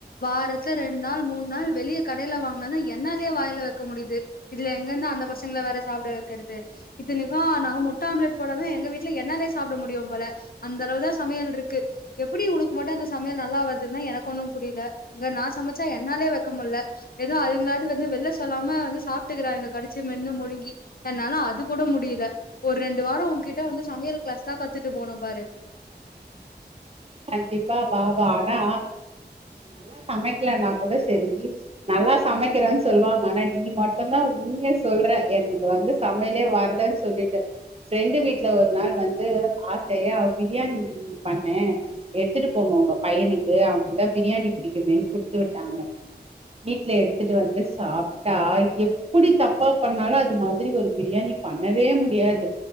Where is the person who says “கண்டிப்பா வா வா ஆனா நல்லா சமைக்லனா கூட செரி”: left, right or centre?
Right